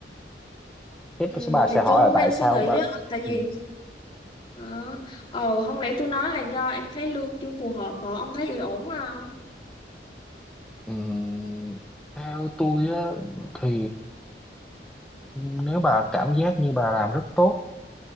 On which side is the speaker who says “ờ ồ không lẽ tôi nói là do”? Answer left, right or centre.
Left